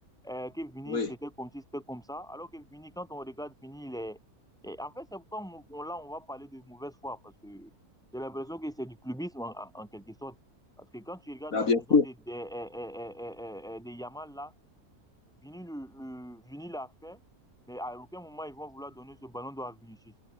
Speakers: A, in the centre; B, on the left (about 65°).
A: euh, que Vini,
B: Oui,
A: c'était comme si c'était comme ça. Alors que Vini, quand on regarde Vini, il est. et en fait, c'est pourquoi on, on- là, on va parler de mauvaise foi. Parce que j'ai l'impression que c'est du clubisme en, en- en quelque sorte. Parce que quand tu regardes
B: là,
A: la
B: bien
A: saison
B: sûr,
A: de, de, de de euh, euh, euh, de Yamal là, Vini le, le- Vini l'a fait, mais à aucun moment ils vont vouloir donner ce ballon d'or à Vinicius.